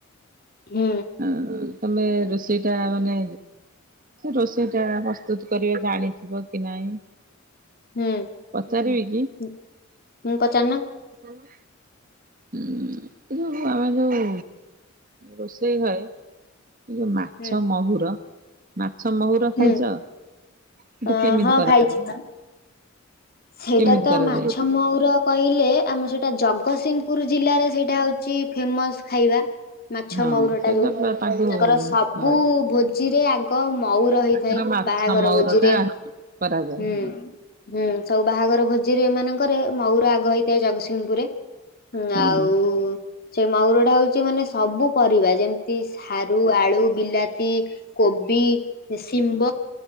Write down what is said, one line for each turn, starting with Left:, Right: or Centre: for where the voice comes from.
Left: ହୁଁ
Right: ଆଁ ତମେ ରୋଷେଇ ଟା ମାନେ ରୋଷେଇ ଟା ପ୍ରସ୍ତୁତ କରିବା ଜାଣିଥିବ କି ନାଇଁ।
Left: ହୁଁ
Right: ପଚାରିବି।
Left: ହୁଁ ପଚାରୁନ।
Right: <unintelligible> ଉଁ ଏ ଆମ ଯୋଉ ରୋଷେଇ ଘରେ ଏ ଯୋଉ ମାଛ
Left: ହୁଁ
Right: ମହୁର ମା ମାଛ ମହୁର ଖାଇଚ?
Left: ହୁଁ
Right: ହେଟା
Left: ଅ,
Right: କେମିତି
Left: ହଁ
Right: କରାଯାଏ?
Left: ଖାଇଛି। ସେଇଟା
Right: କେମିତି
Left: ତ
Right: କରାଯାଏ?
Left: ମାଛ ମହୁର କହିଲେ, ଆମର ସେଇଟା ଜଗତସିଂହପୁର ଜିଲ୍ଲାରେ ସେଇଟା ହଉ ଛି ଫେମସ୍ ଖାଇବା। ମାଛ
Right: ହଁ
Left: ମହୁର
Right: ସେଇଟା
Left: ଟା ଯୋଉ,
Right: ପୁରା ତାକୁ
Left: ତାଙ୍କର ସବୁ
Right: ହଁ
Left: ଭୋଜିରେ ଆଗ ମହୁର ହେଇଥାଏ।
Right: ତାଙ୍କର ମାଛ
Left: ବାହାଘର
Right: ମହୁର
Left: ଭୋଜିରେ
Right: ଟା କରାଯାଏ
Left: ହୁଁ
Right: ହଁ।
Left: ହୁଁ ସବୁ ବାହାଘର ଭୋଜିରେ, ଏମାନଙ୍କର ମହୁର ଆଗ ହେଇଥାଏ। ଜଗତସିଂ ସିଂହପୁରେ
Right: ହୁଁ
Left: ଆଉ ସେ ମହୁର ଟା ହଉଛି ମାନେ ସବୁ ପରିବା ଯେମିତି ସାରୁ, ଆଳୁ, ବିଲାତି, କୋବି ଶିମ୍ବ,